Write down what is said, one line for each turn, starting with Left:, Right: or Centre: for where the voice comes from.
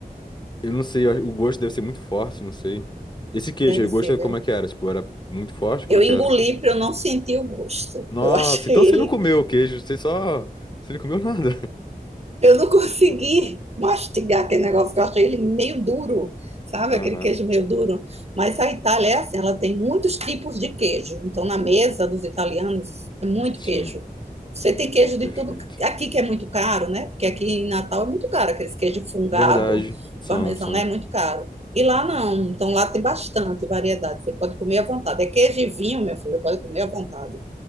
Left: eu não sei, eu acho- o gosto deve ser muito forte, não sei. Esse queijo
Right: deve
Left: aí, o
Right: ser,
Left: gosto é
Right: viu?
Left: como é que era? Tipo, era muito forte? Como
Right: Eu
Left: é que
Right: engoli
Left: era?
Right: para eu não sentir o gosto.
Left: Nossa,
Right: Eu achei
Left: então
Right: ele.
Left: você não comeu o queijo, você só. Você não comeu nada. <laughs>
Right: Eu não consegui
Left: O-
Right: mastigar aquele negócio, que eu achei ele meio duro, sabe?
Left: Aham,
Right: Aquele queijo meio duro. Mas a Itália é assim, ela tem muitos tipos de queijo. Então, na mesa dos italianos, é muito
Left: sim,
Right: queijo. Você tem queijo
Left: perfeito.
Right: de tudo aqui que é muito caro, né? Porque aqui em Natal é muito caro, aquele queijo fungado,
Left: Verdade, são,
Right: parmesão,
Left: são.
Right: né? É muito caro. E lá não, então lá tem bastante variedade, você pode comer à vontade. É queijo e vinho, meu filho, você pode comer à vontade.